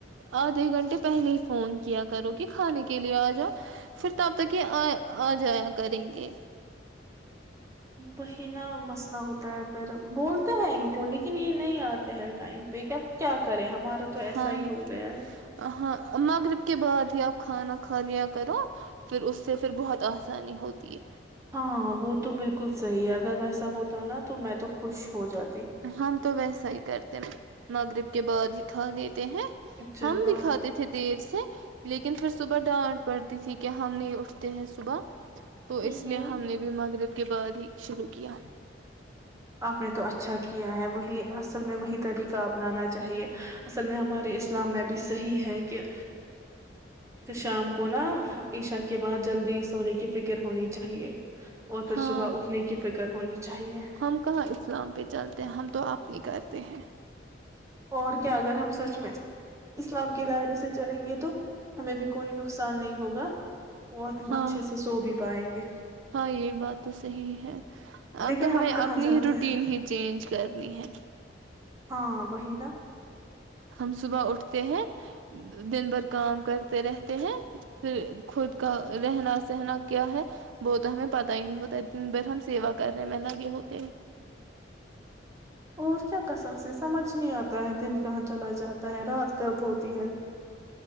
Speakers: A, on the right; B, on the right.
A: آدھے گھنٹے پہلے ہی فون کیا کرو کہ کھانے کے لیے آ جاؤ پھر تب تک یہ آ جایا کریں گے
B: وحی نہ مسئلہ ہوتا ہے پھر بولتے ہیں ان کو لیکن یہ نہیں آتا تو ہے ٹائم بیکب کیا کریں ہمارا تو ایسا
A: ہاں
B: ہی ہو گیا ہے
A: ہاں مغرب کے بعد ہی آپ کھانا کھا لیا کرو پھر اس سے پھر بہت آسانی ہوتی ہے
B: ہاں وہ تو بالکل صحیح ہے اگر ویسا ہوتا نا تو میں تو خوش ہو جاتا
A: ہم تو ویسا ہی کرتے نغر کے بعد ہی کھانے ہیں
B: چلو
A: ہم بھی
B: آپ
A: کھاتے تھے دیر سے لیکن پھر صبح ڈانٹ پڑتی تھی کہ ہم نہیں اٹھتے ہیں صبح تو
B: ہوں
A: اس
B: ہوں
A: لیے ہم نے بھی مغرب کے بعد ہی شروع کیا
B: آپ نے تو اچھا کیا کیا ہے وہی اصل میں وہی طریقہ اپنانا چاہیے اصل میں ہمارے اسلام میں بھی صحیح ہے کہ شام کو <inaudible> کے بعد جلدی سونے کی فکر ہونی چاہیے اور پھر
A: ہاں
B: صبح اٹھنے کی فکر ہونی چاہیے
A: ہم کہاں اسلام پہ چلتے ہیں ہم تو اپنی کرتے ہیں
B: اور کیا اگر ہم سچ میں اسلام کے دائرے سے چلیں گے تو تو ہمیں بھی کوئی نقصان نہیں ہوگا اور
A: ہاں
B: اچھے سے سو بھی پائیں گے
A: ہاں یہی بات تو صحی ہے اب
B: لیکن
A: تو ہمیں
B: ہم
A: اپنی
B: کہاں چلتے
A: ہی روٹین
B: ہیں
A: ہی چینج کرنی ہے
B: ہاں وہی نا
A: ہم صبح اٹھتے ہیں دن بھر کام کرتے رہتے ہیں پھر خود کا رہنا سہنا کیا ہے وہ تو ہمیں پت ہی نہیں ہوتا ہے دن بھر ہم سیوا کرنے میں لگے ہوتے ہیں
B: اور کیا کسم سے سمجھ نہیں آتا ہے دن کہاں چلا جاتا ہے رات کا بھت تی ہے